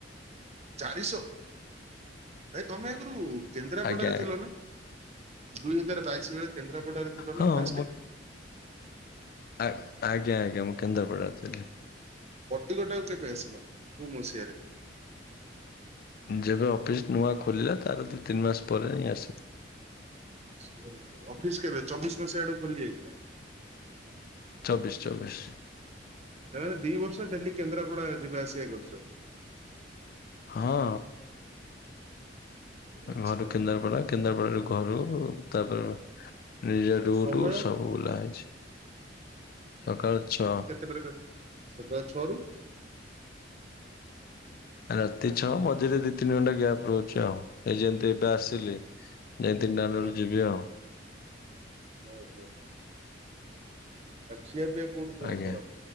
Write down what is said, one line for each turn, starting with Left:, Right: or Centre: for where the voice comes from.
Right: ଚାରିଶ ଭାଇ ତମେ ଆଗୁରୁ କେନ୍ଦ୍ରାପଡ଼ାରେ
Left: ଆଜ୍ଞା ଆଜ୍ଞା
Right: ଥିଲ ନା? ଦୁଇ ହଜାର ବାଇଶି ବେଳେ କେନ୍ଦ୍ରାପଡରେ ଥିଲ
Left: ହଁ
Right: ନା ଫାଷ୍ଟେ?
Left: ମୁଁ ଆ ଆଜ୍ଞା ମୁଁ କେନ୍ଦ୍ରାପଡ଼ାରେ ଥିଲି।
Right: କଟିିକଟାକୁ କେବେ ଆସିଲ, କୋଉ ମସିଆରେ?
Left: ଯେବେ ଅଫିସ୍ ନୂଆ ଖୋଲିଲା ତାର ଦି ତିନି ମାସ ପରେ ହିଁ ଆସି
Right: ସିଏ ଅଫିସ କେବେ ଚବିଶ ମସିହା ଆଡୁ ଖୋଲି ଯାଇଥିଲା?
Left: ଚବିଶ ଚବିଶ।
Right: ତାମାନେ ଦି ବର୍ଷ ଡେଲି କେନ୍ଦ୍ରାପଡା ଯିବା ଆସିବା କରିଚ।
Left: ହଁ।
Right: ଆଚ୍ଛା
Left: ଘରୁ କେନ୍ଦାରପଡା କେନ୍ଦାରପଡାରୁ ଘରୁ ତାପରେ ନିଜେ ରୁଟୁ
Right: ସମୟ
Left: ସବୁ ବୁଲା ହେଇଚି ସକାଳ ଛଅ।
Right: ଦୂର କ ସକାଳ ଛଅରୁ
Left: ରାତି ଛଅ ମଝିରେ ଦି ତିନି ଘଣ୍ଟା ଗ୍ୟାପ ରହୁଚି ଆଉ। ଏଇ ଯେମତି ଏବେ ଆସିଲି ଯାଇ ତିନଟା ବେଳୁ
Right: ହଁ
Left: ଯିବି ଆଉ।
Right: ଓହୋ ହୋ ଆଉ ଖିଆପିଆ କୋଉଠି କଣ
Left: ଆଜ୍ଞା।
Right: କର